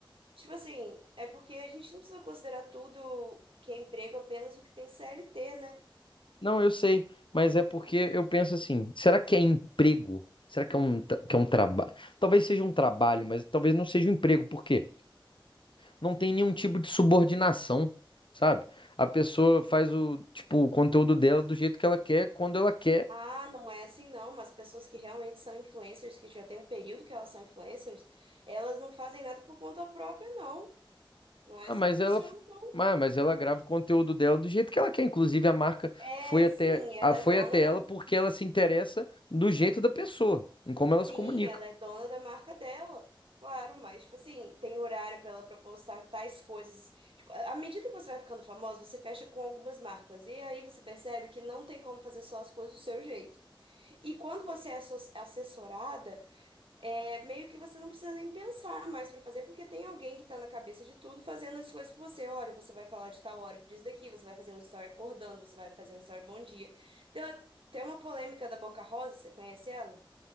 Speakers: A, on the right; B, on the left.
A: Tipo assim, é porque a gente não precisa considerar tudo que é emprego apenas o que tem CLT, né?
B: Não, eu sei, mas é porque eu penso assim: será que é emprego? Será que é um, tra- que é um trabalho? Talvez seja um trabalho, mas talvez não seja um emprego, porque não tem nenhum tipo de subordinação, sabe? A pessoa faz o, tipo, o conteúdo dela do jeito que ela quer, quando ela quer.
A: Ah, não é assim não, mas pessoas que realmente são influencers, que já tem um período que elas são influencers, elas não fazem nada por conta própria, não. Não é
B: Ah,
A: assim
B: mas
A: que funciona,
B: ela,
A: não.
B: mas, mas ela grava o conteúdo dela do jeito que ela quer. Inclusive, a marca
A: É,
B: foi até,
A: sim, ela
B: a- foi
A: é dona
B: até ela
A: da,
B: porque ela se interessa do jeito da pessoa, em como ela
A: sim,
B: se comunica.
A: ela é dona da marca dela. Claro, mas tipo assim, tem horário para ela pra postar tais coisas. Tipo, À medida que você vai ficando famosa, você fecha com algumas marcas e aí você percebe que não tem como fazer só as coisas do seu jeito. E quando você é asso- assessorada É meio que você não precisa nem pensar mais pra fazer, porque tem alguém que tá na cabeça de tudo fazendo as coisas por você. Olha, você vai falar de tal hora disso daqui, você vai fazer um story acordando, você vai fazer um story bom dia. Deu até uma polêmica da Boca Rosa, você conhece ela?